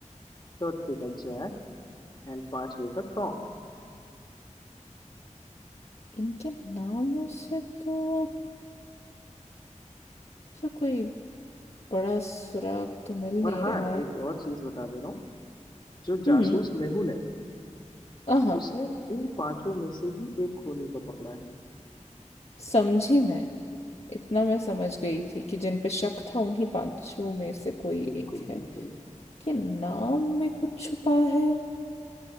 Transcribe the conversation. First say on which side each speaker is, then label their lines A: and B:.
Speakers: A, on the left; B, on the left.
A: चौथे का जैक एंड पांचवे का टॉम
B: इनके नामों से तो फिर कोई बड़ा सुराग तो मिल
A: और
B: नहीं
A: हाँ
B: रहा
A: एक
B: है
A: और चीज बता दे रहा हूँ जो जासूस
B: हम्म
A: मेहुल है
B: हाँ
A: उसने इन पांचों में से ही एक खूनी को पकड़ा है
B: समझी मैं इतना मैं समझ गई थी कि जिन पे शक था उन्हीं पांचों में से कोई
A: बिल्कुल
B: एक है
A: बिल्कुल
B: कि नाम में कुछ छुपा है